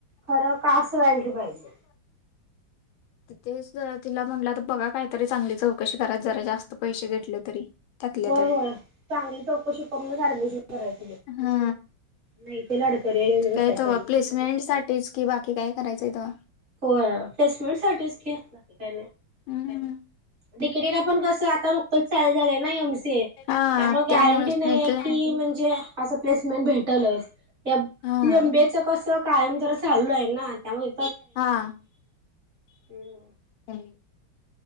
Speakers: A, on the right; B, on the left.
A: खरं कास्ट व्हॅलिडीटी पाहिजे.
B: तिथेच तिला म्हणलं तर बघा काहीतरी चांगली चौकशी कराय जरा जास्त पैसे घेतले तरी त्यातल्या
A: होय
B: त्यात
A: होय चांगली चौकशी करूनच ऍडमिशन करायचं.
B: हा
A: नाही ते लढतरी येऊन
B: काय
A: बसायच्या मग.
B: प्लेसमेंट साठीच कि बाकी काय का. करायचंय त
A: हो प्लेसमेंट सर्टिफिकेटक् का
B: हम्म.
A: तिकेटीला पण कस आता नुकतच चाल झालंय ना एमसी ए त्यामुळे
B: हा त्यामुळेच
A: गॅरंटी नाही आहे
B: तर
A: की म्हणजे असं प्लेसमेंट भेटलच. <unintelligible>
B: हा
A: कायम ज चालू आहे ना त्यामुळे
B: हा.
A: हम्.
B: ह्.